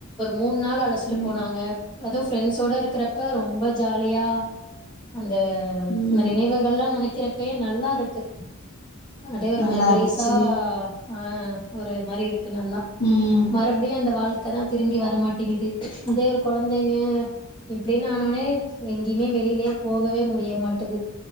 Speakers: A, on the left (about 20°); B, on the left (about 45°).
A: மூணு நாள் அழச்சிட்டு
B: ம்
A: போனாங்க அதுவு ஃப்ரெண்ட்ஸோட இருக்கிறப்ப ரொம்ப ஜாலியா அந்த
B: ம்
A: அந்த நினைவுகல்லா நினைக் க்கரப்பயே நல்லா இருக்கு அடியே ஒரு
B: நல்லா
A: மெமரிஸா
B: இருந்துச்சு
A: ஆ ஒரு மாரிருக் குநல்லா
B: ம்
A: மறுபடியு அந்த வாழ்க் கதா திரும்பி வரமாட்டேங்குது இதே ஒரு கொழந்தைங்க இப்டின் ஆனோனே எங்கய்மே வெளிலே போகவே முடிய மாட்டது